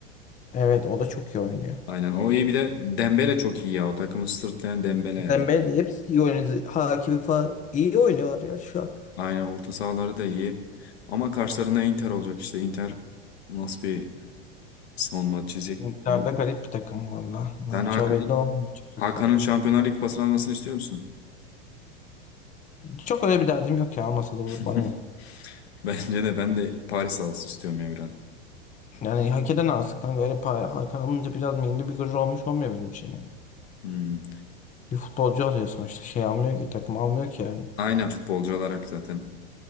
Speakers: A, on the left; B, on the left.
A: Evet o da çok iyi oynuyor.
B: Aynen o iyi bir de Dembele çok iyi ya o takımı sırtlayan Dembele yani.
A: Dembele hepsi iyi oynuyor. Hakimi falan iyi oynuyorlar ya şu an.
B: Aynen orta sahaları da iyi. Ama karşılarına Inter olacak işte Inter nasıl bir savunma çizecek
A: Miktarda
B: bilmiyorum.
A: garip bir takım valla. Ne
B: Sen
A: yapacağı
B: Hakan'ın
A: belli olmuyor açıkçası.
B: Hakan'ın Şampiyonlar Ligi kupasını almasını istiyor musun?
A: Çok öyle bir derdim yok ya almasa da olur
B: <laughs>
A: bana ne.
B: Bence de ben de Paris alsın istiyorum ya biraz.
A: Yani hak eden alsın kanka öyle pay, hak alınca biraz milli bir gurur olmuş olmuyor benim için yani.
B: Hmm.
A: Bir futbolcu alıyor sonuçta şey almıyor ki takım almıyor ki yani.
B: Aynen futbolcu olarak zaten